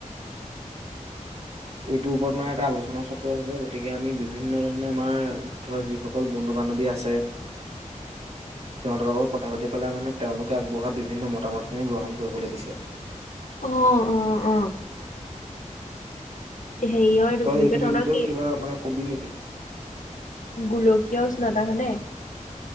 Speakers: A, on the right (about 50°); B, on the left (about 75°).
A: এইটোৰ ওপৰত মানে এটা আলোচনা চক্ৰ হ'ব গতিকে আমি বিভিন্ন ধৰণে আমাৰ ধৰা যিসকল বন্ধু বান্ধৱ। বানৱী আছে। সিঁহতৰ লগত কথা পাতি পেলাই মানে তেওঁলোকে আগবঢ়োৱা বিভিন্ন মতামতখিনি গ্ৰহণ কৰিবলৈ দিছে।
B: অ
A: <inaudible>
B: অ হেৰিয়ৰ এইটো
A: তই
B: বুলি
A: এইখিনিৰ
B: কয় তহঁতৰ
A: ভিতৰত
B: কি
A: কিবা মানে কবি নেকি।
B: গোলকীয় উষ্ণতাহনে।